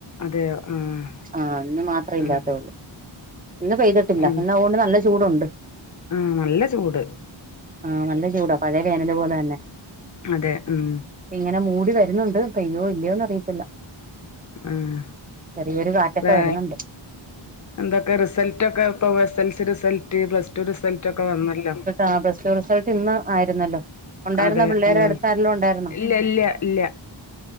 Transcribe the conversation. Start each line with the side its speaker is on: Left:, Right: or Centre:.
Left: അതെയോ? ആഹ്
Right: ആഹ് ഇന്ന് മാത്രേയില്ലാത്തൊള്ളു
Left: ആഹ്
Right: ഇന്ന് പെയ്തിട്ടില്ല
Left: ആഹ്
Right: ഇന്ന് ആഹോണ്ട് നല്ല ചൂടുണ്ട്
Left: ആഹ് നല്ല ചൂട്
Right: ആഹ നല്ല ചൂടാ പഴയ വേനല് പോലെന്നെ
Left: അതെ ഉം
Right: ഇങ്ങനെ മൂടി വരുന്നുണ്ട് പെയ്യോ ഇല്ലയോന്നറിയിത്തില്ല
Left: ആഹ്
Right: ചെറിയൊരു കാറ്റൊക്കെ
Left: വേ
Right: വരുന്നുണ്ട്
Left: എന്തൊക്കെ റിസൽറ്റൊക്കെ ഇപ്പ എസൽസി റിസൽട്ട് പ്ല സ് ടു റിസൽറ്റൊക്കെ വന്നല്ലോ
Right: ആ പ്ല സ് ടു റിസൽട്ട് ഇന്ന് ആയിരുന്നല്ലോ? ഉണ്ടായിരുന്നോ
Left: അതെ
Right: പിള്ളേരെ
Left: ആഹ്
Right: അടുത്ത് ആരെലും ഉണ്ടായിരുന്നോ
Left: ഇല്ല്യ ല്ല്യ ഇല്ല്യ